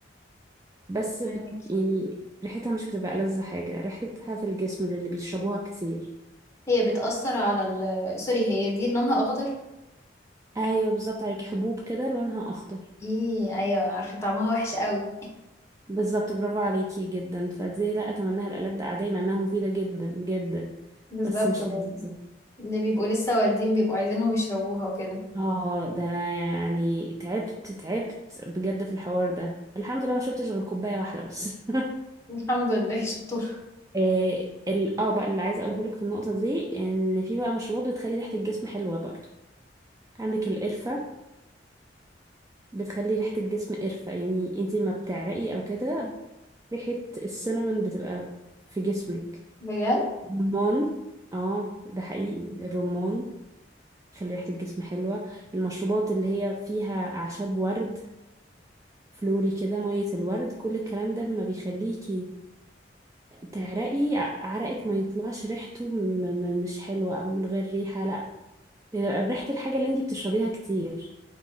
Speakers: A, on the right (about 20°); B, on the left (about 15°).
A: بس بت
B: فاهمك.
A: يعني ريحتها مش بتبقى ألذ حاجة ريحتها في الجسم للي بيشربوها كتير
B: هي بتأثر على ال سوري هي دي اللي لونها أخضر؟
A: أيوة بالظبط عليكي حبوب كده لونها أخضر
B: ايه أيوة عارفة طعمها وحش قوي
A: بالظبط برافو عليكي جدا فدي لا أتمناها لألد أعدائي مع إنها مفيدة جدا جدا
B: بالظبط
A: بس مش لذيذة
B: اللي بيبقوا لسه والدين بيبقوا عايزينهم يشربوها وكده
A: اه ده أنا يعني تعبت تعبت بجد في الحوار ده الحمد لله ما شربتش غير كوباية واحدة بس <laughs>
B: الحمد لله شطور
A: آه، ال اه بقى اللي عايزه اقوله لك في النقطه دي ان في بقى مشروبات بتخلي ريحه الجسم حلوه برضو عندك القرفه بتخلي ريحة الجسم قرفة يعني انتي ما بتعرقي او كده ريحة السينامون بتبقى في جسمك
B: بجد
A: الرمان اه ده حقيقي الرمان بيخلي ريحة الجسم حلوة المشروبات اللي هي فيها أعشاب ورد فلوري كده مية الورد كل الكلام ده ما بيخليكي تعرقي ع- عرقك ما يطلعش ريحته م- م- مش حلوة أو من غير ريحة لا بيبقى بريحة الحاجة اللي انتي بتشربيها كتير